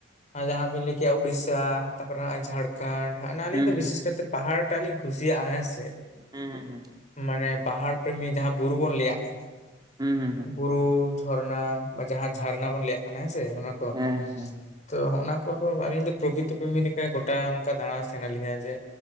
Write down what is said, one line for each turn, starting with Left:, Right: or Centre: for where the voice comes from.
Left: ᱟ ᱡᱟᱦᱟᱸ ᱵᱤᱱ ᱞᱟᱹᱭ ᱠᱮᱜ-ᱟ ᱩᱲᱤᱥᱥᱟ᱾ ᱛᱟᱯᱚᱨ ᱦᱟᱸᱜ-ᱚᱭ ᱡᱷᱟᱲᱠᱚᱸᱰ ᱦᱚᱸᱜ ᱚᱱᱟ ᱟᱞᱤᱧ
Right: ᱦᱩᱸ
Left: ᱫᱚ
Right: ᱦᱩᱸ
Left: ᱵᱤᱥᱮᱥ ᱠᱟᱭᱛᱮ ᱯᱟᱦᱟᱲ ᱴᱟᱜ ᱞᱤᱧ ᱠᱩᱥᱤᱭᱟᱜ-ᱟ ᱦᱮᱸ ᱥᱮ᱾
Right: ᱦᱮᱸ ᱦᱮᱸ ᱦᱮᱸ᱾
Left: ᱢᱟᱱᱮ ᱯᱟᱦᱟᱲ ᱯᱨᱮᱢᱤ ᱡᱟᱦᱟᱸ ᱵᱩᱨᱩ ᱵᱚᱱ ᱞᱟᱹᱭᱟᱜ ᱠᱟᱱᱟ᱾
Right: ᱦᱩᱸ ᱦᱩᱸ ᱦᱩᱸ
Left: ᱵᱩᱨᱩ, ᱡᱷᱚᱨᱱᱟ ᱵᱟ ᱡᱟᱦᱟᱸ ᱡᱷᱟᱨᱱᱟ ᱵᱚᱱ ᱞᱟᱹᱭᱟᱜ ᱠᱟᱱᱟ ᱦᱮᱸ ᱥᱮ ᱚᱱᱟ ᱠᱚ᱾
Right: ᱦᱮᱸ ᱦᱮᱸ
Left: ᱛᱚ ᱦᱚᱸᱜ-ᱚᱱᱟ ᱠᱚᱫᱚ ᱟᱞᱤᱧ ᱫᱚ ᱯᱨᱚᱠᱤᱛᱚ ᱯᱨᱢᱤ ᱞᱮᱠᱟ ᱜᱚᱴᱟ ᱚᱱᱠᱟ ᱫᱟᱬᱟᱥ ᱥᱟᱱᱟ ᱞᱤᱧᱟ ᱡᱮ